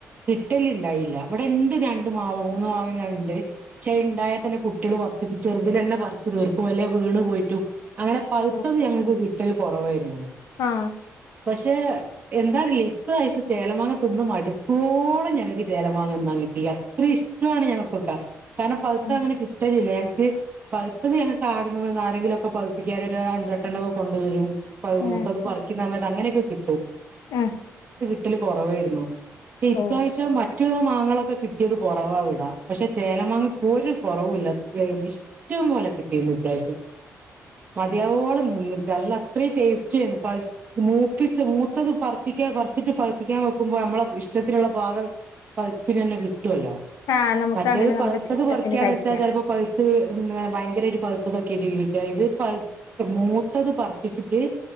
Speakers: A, on the right; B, on the left.
A: കിട്ടല് ഉണ്ടായില്ല ഇവിടെ ഉണ്ട് രണ്ട് മാവ് മൂന്ന് മാവ് ണ്ട് പക്ഷെ ഉണ്ടായാൽ തന്നെ കുട്ടികൾട്ട് ചെറുതി തന്നെ പറച്ച്ു തീർക്കും അല്ലോ വീണ് പോയിട്ടു അങ്ങനെ പക്ത്തത്
B: ഓ
A: ഞങ്ങൾക്ക് കിട്ടൽ കുറവായിരുന്നു
B: ആ
A: പക്ഷെ എന്താറിയില്ല ഇപ്രാവശ്യം ചേലമാങ്ങ തിന്ന് മടുത്തോളം ഞങ്ങക്ക് ചേലമാങ്ങ നിന്നാൻ കിട്ടി അത്ര ഇഷ് ട്ടാണ് ഞങ്ങൾക്കൊക്കെ കാരണം പകുത്ത
B: ആ
A: അങ്ങനെ കിട്ടലില്ല ഞ ക്ക് പകുത്തത് ഞങ്ങക്ക് ആടന്ന് ആരെങ്കിലും ഒക്കെ പകുപ്പിക്കാനായിട്ട് ഒരു അഞ്ചെട്ടണോക്കെ കൊണ്ടുവരും
B: ആ
A: മൂത്തത് പറിക്കുന്ന അങ്ങനെയൊക്കെ കിട്ടും
B: ആ
A: ട്ടിൽ കുറവായിരുന്നു ഈ
B: ഓ
A: പ്രാവിശ്യം മറ്റുള്ള മ ങ്ങളൊക്കെ കിട്ടിയത് കുറവാ ഇവിട പക്ഷെ ചേലമാങ്ങക്ക് ഒരു കുറവില്ല ഇഷ്ടം പോലെ കി ട്ടി ഇപ്രാവിശ്യം മതിയാവോളം തിന്ന് നല്ല അത്ര ടേസ് റ്റയിന് മൂപ്പിച്ച മൂത്തത് പറ പിക്ക പറിച്ചിട്ട് പയിപ്പിക്കാൻ വെക്കുമ്പോൾ നമ്മളെ ഇഷ്ടത്തിനുള്ള ഭാഗം പയിപ്പിന് തന്നെ കി ട്ടുവല്ലോ
B: ആ നമുക്ക്
A: മറ്റേത്
B: അങ്ങനെ നമ്മുടെ
A: പഴുത്തത്
B: ഇഷ്ടത്തിന്
A: പറിക്കിയാന്ന്
B: കഴിക്കാം
A: വെച്ചാൽ ചിലപ്പോ പഴ് ഭയങ്കര ഒരു പതുത്തതൊക്കെ അല്ലെ കിട്ടുക ഇത് മൂത്തത് പർപ്പിച്ചിട്ട്